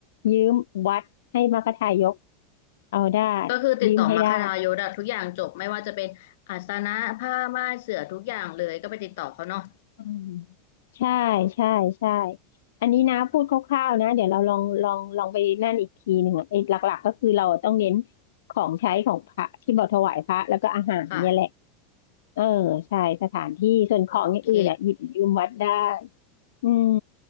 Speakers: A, on the left; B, on the left.
A: ยืมวัดให้มากระทายกเอาได้
B: ก็คือติดต่อมาคทายศอะทุกอย่างจบไม่ว่าจะเป็นอาสนะผ้าม่านเสื่อทุกอย่างเลยก็ไปติดต่อเขาเนาะ
A: ยืมให้ได้อืมใช่ใช่ใช่อันนี้นะพูดคร่าวๆนะเดี๋ยวเราลองลองลองไปนั่นอีกทีหนึ่งอ่ะไอ้หลักๆก็คือเราต้องเน้นของใช้ของพระที่เราถวายพระแล้วก็อาหารเนี่ยแหละ
B: ค่ะ
A: เออใช่สถานที่ส่วนของอย่างอื่นอ่ะหยิบยืมวัดได้
B: โอเค
A: อืม